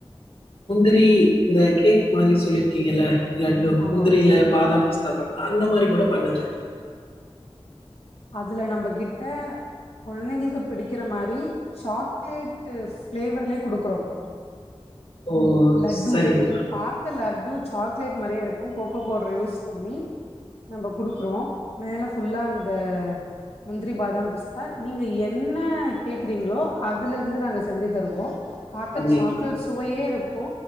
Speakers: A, on the left; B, on the left.
A: முந்திரி இந்த கேக் மாதிரி சொல்லிருக்கீங்கள்ள லட்டு
B: ஆமா
A: முந்திரியில பாதாம் பிஸ்தா பண்ணலா அந்த மாதிரி கூட பண்ணுங்க
B: அதுல நம்ம கிட்ட குழந்தைங்களுக்கு பிடிக்கிற மாதிரி சாக்லேட்டு ஃப்ளேவர்லே கொடுக்குறோம்
A: ஓ
B: லட்டுவே
A: சரிங்கம்மா
B: பார்க லட்டு சாக்லேட் மாறியே இருக்கும் கோகோ பவுடர் யூஸ் பண்ணி நம்ம கொடுக்குறோம் மேலே ஃபுல்லா அந்த முந்திரி பாதான் பிஸ் நீங்க என்ன கேக்குறீங்களோ அதுல இருந்து நாங்க செஞ்சு தருவோ பாக்க
A: அப்டிங்களா
B: சாக்லேட் சுவையே இருக்கு இப்போ